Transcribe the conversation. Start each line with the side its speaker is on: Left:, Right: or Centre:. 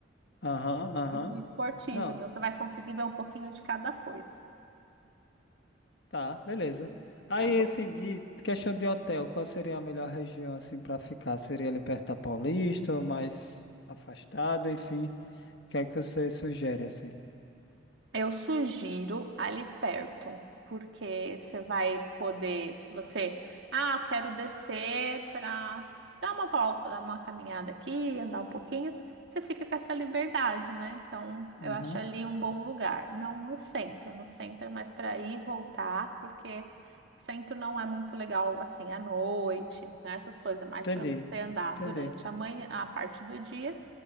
Left: Aham, aham.
Right: e do esportivo.
Left: Não,
Right: Então, você vai conseguir ver um pouquinho de cada coisa,
Left: tá, beleza. Aí,
Right: tá bom?
Left: assim, de questão de hotel, qual seria a melhor região, assim, para ficar? Seria ali perto da Paulista ou mais afastado, enfim? O que é que você sugere, assim?
Right: Eu sugiro ali perto, porque você vai poder, se você, ah, eu quero descer para dar uma volta, dar uma caminhada aqui, andar um pouquinho, você fica com essa liberdade, né? Então,
Left: Uhum.
Right: eu acho ali um bom lugar, não no centro, no centro é mais para ir e voltar, porque o centro não é muito legal assim à noite, né? Essas coisas, é mais
Left: Entendi,
Right: para você andar
Left: entendi,
Right: durante a manhã, a parte do dia.